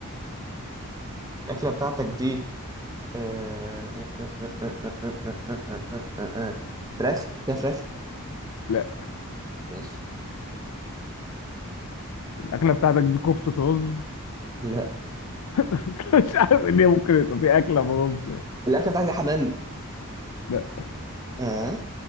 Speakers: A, on the right; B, on the left.
A: الأكلة بتاعتك دي آه، آه، آه، آه، آه، آه، آه، آه، آه، آه، آه. فراخ فيها فراخ
B: لا
A: ماشي
B: الاكله بتاعتك دي كفته رز
A: لا
B: <laughs> مش عارف ليه ممكن يبقى في اكله برز يعني.
A: الأكلة بتاعتك دي حمام
B: لا
A: اه